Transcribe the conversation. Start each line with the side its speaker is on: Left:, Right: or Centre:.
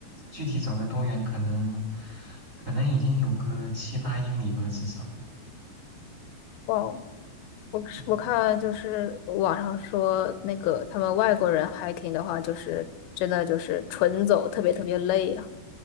Right: 具体走了多远，可能可能已经有个七八英里吧，至少。
Left: 哇哦！我是我看就是网上说那个他们外国人
Right: 嗯。
Left: hiking 的话，就是真的就是纯走，特别特别累啊。